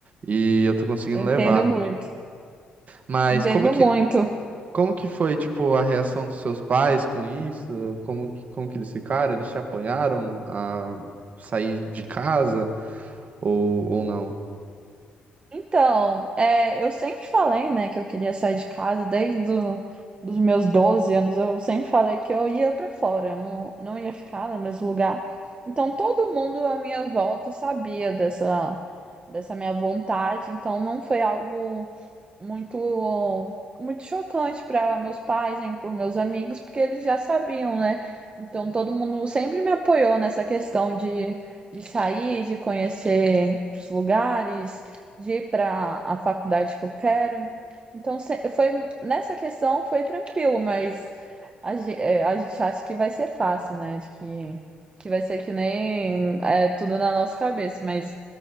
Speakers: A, on the right (about 50°); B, on the right (about 30°).
A: e eu tô conseguindo
B: eu entendo
A: levar.
B: muito.
A: Mas
B: Entendo
A: como que,
B: muito.
A: como que foi tipo a reação dos seus pais com isso? Como que, como que eles ficaram? Eles te apoiaram a sair de casa ou, ou não?
B: Então, é, eu sempre falei, né, que eu queria sair de casa desde o, dos meus 12 anos. Eu sempre falei que eu ia pra fora, eu não, não ia ficar no mesmo lugar. Então, todo mundo à minha volta sabia dessa, dessa minha vontade. Então, não foi algo muito muito chocante para meus pais, hein, para meus amigos, porque eles já sabiam, né? Então todo mundo sempre me apoiou nessa questão de, de sair, de conhecer os lugares, de ir para a faculdade que eu quero. Então se- foi nessa questão foi tranquilo, mas a, ge- é, a gente acha que vai ser fácil, né? De que que vai ser que nem é, tudo na nossa cabeça, mas